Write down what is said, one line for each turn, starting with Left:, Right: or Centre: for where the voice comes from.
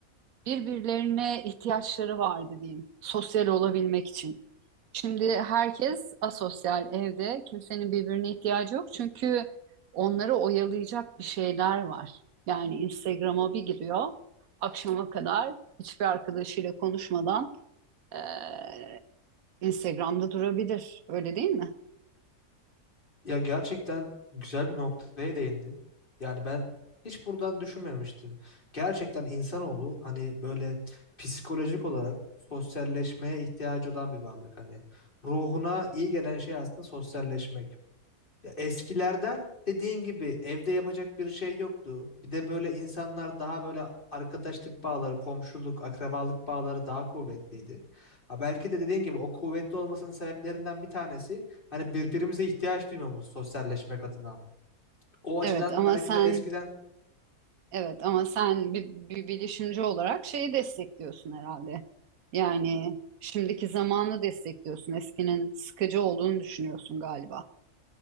Right: birbirlerine ihtiyaçları vardı diyeyim. Sosyal olabilmek için. Şimdi herkes asosyal evde. Kimsenin birbirine ihtiyacı yok. Çünkü onları oyalayacak bir şeyler var. Yani Instagram'a bir giriyor. Akşama kadar hiçbir arkadaşıyla konuşmadan eee, Instagram'da durabilir. Öyle değil mi?
Left: Ya gerçekten güzel bir noktaya değindin. Yani ben hiç buradan düşünmemiştim. Gerçekten insanoğlu hani böyle psikolojik olarak sosyalleşmeye ihtiyacı olan bir varlık. Hani ruhuna iyi gelen şey aslında sosyalleşmek. Ya eskilerden dediğin gibi evde yapacak bir şey yoktu. Bir de böyle insanlar daha böyle arkadaşlık bağları, komşuluk, akrabalık bağları daha kuvvetliydi. Ha belki de dediğin gibi o kuvvetli olmasının sebeplerinden bir tanesi hani birbirimize ihtiyaç duymamız sosyalleşmek adına. O açıdan
Right: Evet ama
Left: belki
Right: sen
Left: de eskiden
Right: Evet ama sen bir, bir bilişimci olarak şeyi destekliyorsun herhalde. Yani şimdiki zamanı destekliyorsun. Eskinin sıkıcı olduğunu düşünüyorsun galiba.